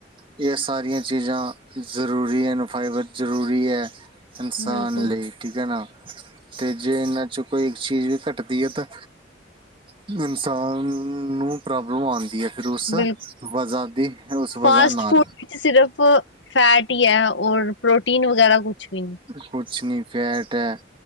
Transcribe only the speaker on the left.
ਬਿਲਕੁਲ
ਬਿਲਕੁਲ
ਫਾਸਟ
ਫੂਡ ਸਿਰਫ ਫੈਟ ਹੀ ਹੈ ਔਰ ਪ੍ਰੋਟੀਨ ਵਗੈਰਾ ਕੁਛ ਵੀ ਨਹੀਂ